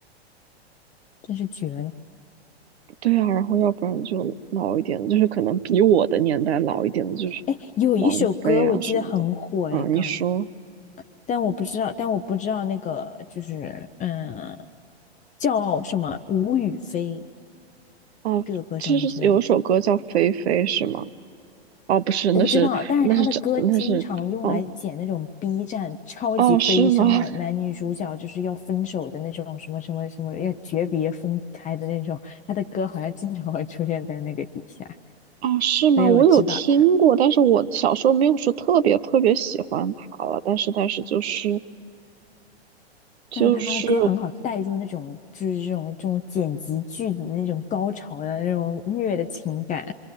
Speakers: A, on the left; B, on the right.
A: 真是绝了！
B: 对啊，然后要不然就老一点的就是可能比我的年代老一点的，就是王菲啊什么的。
A: 哎，有一首歌我记得很火哎，
B: 嗯，
A: 港，
B: 你说
A: 但我不知道，但我不知道那个就是嗯，叫什么吴雨霏
B: 哦，
A: 这个歌手，
B: 就是有一首歌叫《菲菲》是吗？
A: 你知道吗？
B: 哦，不是，那是那是这那是哦
A: 我不知道，但是他的歌经常用来剪那种 B 站超级悲伤的男女主角就是要分手的那种什么什么什么要诀别分开的那种，
B: 哦是吗？<laughs>
A: 他的歌好像经常会出现在那个底下，
B: 哦是吗？
A: 所以我知道他。
B: 我有听过，但是我小时候没有说特别特别喜欢她了，但是但是就是就是。
A: 但是他的歌很好带入那种就是这种这种剪辑剧的那种高潮的那种虐的情感。